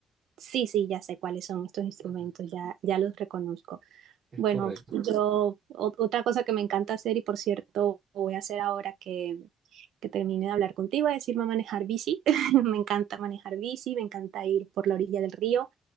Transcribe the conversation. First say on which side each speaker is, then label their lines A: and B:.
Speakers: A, on the right; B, on the right.
A: Sí, sí, ya sé cuáles son estos instrumentos,
B: Ujú,
A: ya, ya los reconozco.
B: Es
A: Bueno,
B: correcto.
A: yo o- otra cosa que me encanta hacer y por cierto voy a hacer ahora que, que termine de hablar contigo es irme a manejar bici. <laughs> Me encanta manejar bici, me encanta ir por la orilla del río